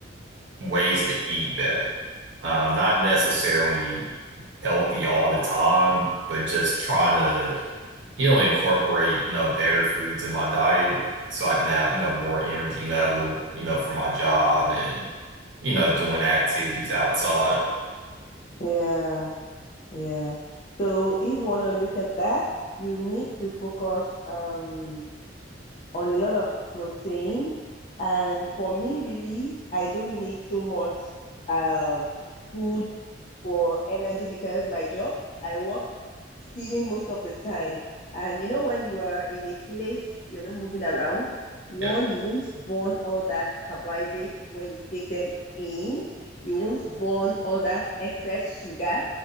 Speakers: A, on the right (about 70°); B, on the left (about 40°).
A: ways to eat better. Um, not necessarily healthy all the time, but just trying to, you know, incorporate, you know, better foods in my diet so I can have, you know, more energy level, you know, for my job and, you know, doing activities outside.
B: Yeah, yeah. So if you want to look at that, you need to focus um on a lot of protein. And for me, really, I don't need so much um, food for energy because my job, I work sitting most of the time. And you know, when you are in a place, you're not moving around, one,
A: Yeah.
B: you won't burn all that carbohydrate when you take them in. You won't burn all that excess sugar.